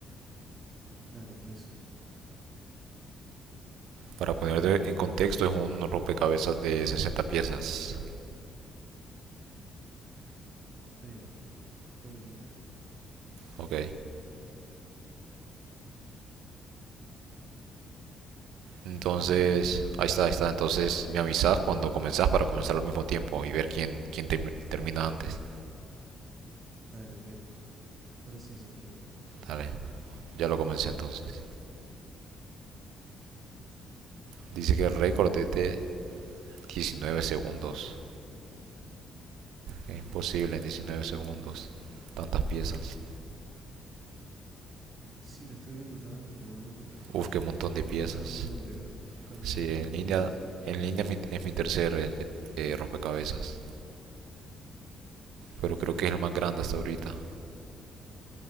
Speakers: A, on the right; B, on the right.
A: Dale, te aviso.
B: Para ponerte en contexto, es un rompecabezas de 60 piezas.
A: Ahí va. Creo que ya entré.
B: Ok. Entonces,
A: Ah, Ahí está.
B: ahí está, ahí está. Entonces me avisas cuando comenzás para comenzar al mismo tiempo y ver quién, quién term- termina antes.
A: Dale, ok. Ahora sí, ya estoy.
B: Dale, ya lo comencé entonces. Dice que el récord es de 19 segundos.
A: Uy,
B: Es imposible en 19 segundos. Tantas piezas.
A: sí, lo estoy viendo también, pero no...
B: Uf, qué montón de piezas.
A: Nunca armé un duplicado. Nunca armé
B: Sí,
A: un rompecabezas
B: en línea,
A: en línea.
B: en línea es mi, es mi tercer eh, eh, rompecabezas. Pero creo que es el más grande hasta ahorita.